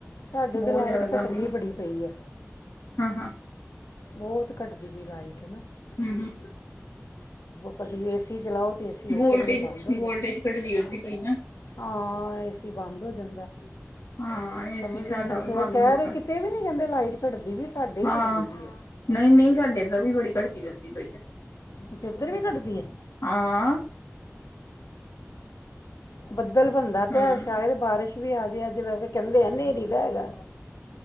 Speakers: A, on the left (about 80°); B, on the left (about 65°).
A: ਸਾਡੇ
B: ਬਹੁਤ
A: ਤਾਂ ਲਾਈਟ
B: ਜ਼ਿਆਦਾ ਜਾਂਦੀ
A: ਘਟਦੀ
B: ਹੈ
A: ਬੜੀ ਪਈ ਏ।
B: ਹਾਂ, ਹਾਂ।
A: ਬਹੁਤ ਘਟਦੀ ਪਈ ਲਾਈਟ ਨਾ
B: ਹਮ ਹਮ
A: ਕਦੀ ਏ ਸੀ ਚਲਾਓ। ਤੇ ਏਸੀ ਉਸੇ
B: ਵੋਲਟੇਜ
A: ਵੇਲੇ ਬੰਦ ਹੋ
B: ਵੋਲਟੇਜ
A: ਜਾਂਦਾ
B: ਕਟਦੀ ਵਧਦੀ ਪਈ ਨਾ।
A: ਹਾਂ ਏਸੀ ਬੰਦ ਹੋ ਜਾਂਦਾ।
B: ਹਾਂ ਏਸੀ
A: ਸਮਝ
B: ਸਾਡਾ
A: ਨਹੀਂ ਆਈ
B: ਵੀ
A: ਸਕੋ
B: ਬੰਦ
A: ਕਹਿ
B: ਹੁੰਦਾ
A: ਰਹੇ
B: ਪਿਆ
A: ਕਿਤੇ ਵੀ ਨੀ ਕਹਿੰਦੇ ਲਾਈਟ ਕੱਟਦੀ ਪਈ ਸਾਡੇ ਹੀ
B: ਹਾਂ
A: ਕੱਟਦੀ ਪਈ ਏ।
B: ਨਹੀਂ ਨਹੀਂ ਸਾਡੇ ਇੱਧਰ ਵੀ ਬੜੀ ਘਟਦੀ ਵੱਧਦੀ ਪਈ ਹੈ
A: ਅੱਛਾ ਇੱਧਰ ਵੀ ਕੱਟਦੀ ਏ।
B: ਹਾਂ।
A: ਬੱਦਲ ਬਣਦਾ ਪਿਆ
B: ਹਮ
A: ਸ਼ਾਇਦ ਬਾਰਿਸ਼ ਵੀ ਆਜੇ ਅੱਜ ਵੈਸੇ ਕਹਿੰਦੇ ਆ ਹਨੇਰੀ ਦਾ ਹੈਗਾ।